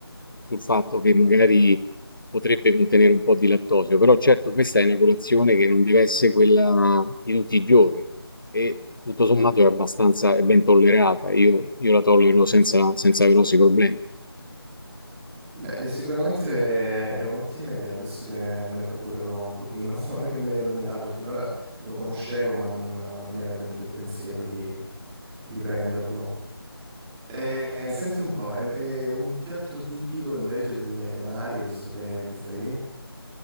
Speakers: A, on the left; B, in the centre.
A: sul fatto che magari potrebbe contenere un po' di lattosio, però certo questa è una colazione che non deve essere quella di tutti i giorni e tutto sommato è abbastanza, è ben tollerata, io, io la tollero senza, senza grossi problemi.
B: Beh, sicuramente è un'ottima idea, penso che me ne procurerò un pochino. <laughs> Ora che me l'hai nominato, finora lo conoscevo, ma non, non mi era venuto il pensiero di di prenderlo. Eh, senti un po', è, è un piatto tipico invece delle Canarie, visto che, che stai lì?